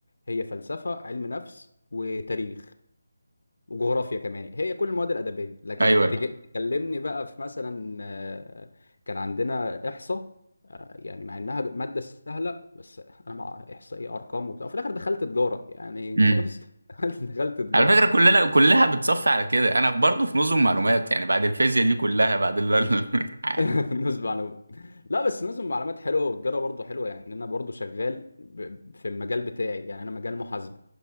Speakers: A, on the left (about 80°); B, on the right (about 80°).
A: هي فلسفه علم نفس وتاريخ وجغرافيا كمان هي كل المواد الادبيه لكن
B: ايوه ايوه
A: تجي تكلمني بقى في مثلا آه، كان عندنا احصاء آه، يعني مع انها ماده سهله بس انا مع احصاء ايه ارقام وبتاع في الاخر دخلت تجاره يعني
B: امم
A: <laughs> بص دخلت دخلت تجاره
B: على فكره كلنا كلها بتصفي على كده انا برضه في نظم معلومات يعني بعد الفيزياء دي كلها بعد ال <laughs> عادي
A: <laughs> نسبة معلومات لا بس نسبة معلومات حلوه وتجاره برضه حلوه يعني انا برضه شغال ب- في المجال بتاعي يعني انا مجال محاسبه